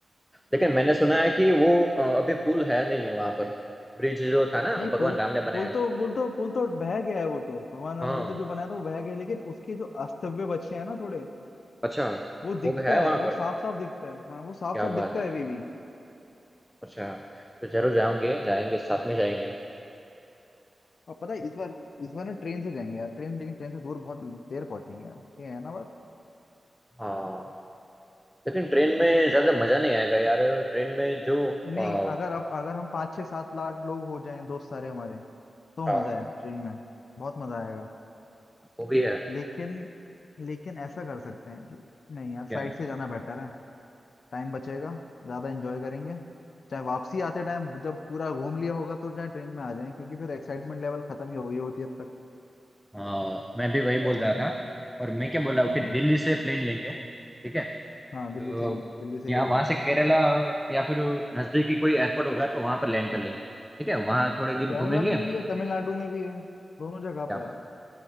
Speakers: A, in the centre; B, on the left.
A: लेकिन मैंने सुना है कि वो अ, अभी पुल है नहीं वहां पर ब्रिज जो था ना
B: नहीं
A: भगवान
B: पुल
A: राम
B: तो
A: ने बनाया
B: पुल तो पुल तो पुल तो बह गया है वो तो भगवान राम
A: हाँ
B: वो तो जो बनाया था वो बह गया लेकिन उसके जो अस्तित्व बचे हैं ना थोड़े
A: अच्छा
B: वो दिखता
A: वो भी है
B: है
A: वहां
B: वो
A: पर
B: साफ साफ दिखता है हाँ वो साफ
A: क्या
B: साफ दिखता
A: बात है
B: है अभी भी
A: अच्छा तो जरूर जाएंगे जाएंगे साथ में जाएंगे
B: और पता है इस बार इस बार ना ट्रेन से जाएंगे यार ट्रेन लेकिन ट्रेन से दूर बहुत देर पहुंचेंगे यार ये है ना बात
A: हाँ लेकिन ट्रेन में ज्यादा मजा नहीं आएगा यार ट्रेन में जो अ,
B: नहीं अगर आप अगर हम पाँच छह सात लाख लोग हो जाएं दोस्त सारे हमारे तो
A: अ,
B: मजा है ट्रेन में बहुत मजा आएगा
A: वो भी है
B: लेकिन लेकिन ऐसा कर सकते हैं कि नहीं यार फ्लाइट
A: क्या
B: से जाना बेटर है टाइम बचेगा ज्यादा एंजॉय करेंगे चाहे वापसी आते टाइम जब पूरा घूम लिया होगा तो चाहे ट्रेन में आ जाएं क्योंकि फिर एक्साइटमेंट लेवल खत्म ही हो गई होती है अब तक
A: हाँ मैं भी वही
B: क्या
A: बोल
B: बोल
A: रहा
B: रहा
A: था
B: हूँ
A: और मैं क्या बोल रहा हूँ
B: हाँ
A: कि दिल्ली से प्लेन लेंगे ठीक है
B: हाँ
A: और
B: दिल्ली से ही दिल्ली से
A: या
B: ही करेंगे
A: वहां से केरला या फिर नजदीकी कोई एयरपोर्ट होगा तो वहां पर लैंड कर लेंगे ठीक है वहां थोड़े दिन
B: केरला
A: घूमेंगे
B: में भी है तमिलनाडु में भी है दोनों जगह
A: क्या
B: पे
A: बात
B: है